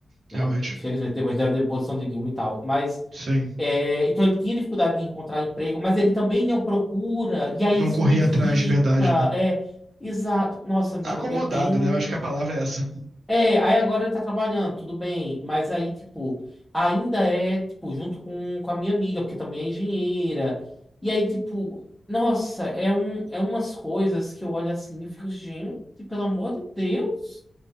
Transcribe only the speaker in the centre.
né? Infelizmente, depois da deposição de Dilma e tal. Mas,
é, então ele tinha dificuldade de encontrar emprego, mas ele também não procura, e aí
isso
me irrita.
É, exato. Nossa, amigo,
eu tenho.
um,
É, aí agora ele tá trabalhando, tudo bem, mas aí, tipo, ainda é, tipo, junto com, com a minha amiga, porque também é engenheira. E aí, tipo, nossa, é, um, é umas coisas que eu olho assim e fico, gente, pelo amor de Deus.